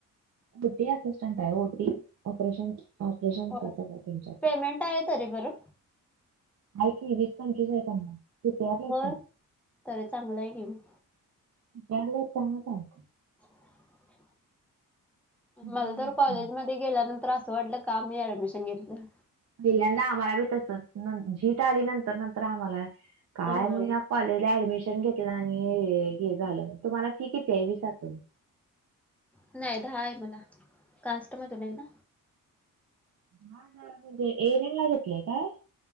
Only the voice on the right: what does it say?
बुटी असिस्टंट आहे ओटी. ऑपरेशन, ऑपरेशन
होतात त्याच्यात.
ऐक की वीस फोन केले आहे त्यांना. ते परला य
परला यत <unintelligible>
चालतं
पहिल्यांदा आम्हाला बी तसंच,, झीट आली नंतर नंतर आम्हाला, काय
म्हणुन ह्या कॉलेजला ऍडमिशन घेतलं आणि हे झालं,, तुम्हाला फी किती आहे विस आसल.
हा जरा म्हणजे ए एन एम ला घेतलय काय.